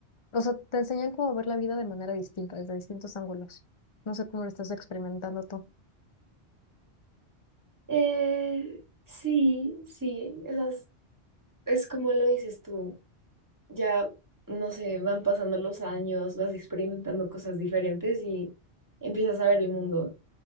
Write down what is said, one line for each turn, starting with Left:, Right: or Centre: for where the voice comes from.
Left: o sea, te enseñan cómo ver la vida de manera distinta, desde distintos ángulos. No sé cómo lo estás experimentando tú.
Right: Eh, sí, sí, esas, es como lo dices tú. ya, no sé, van pasando los años, vas experimentando cosas diferentes y empiezas a ver el mundo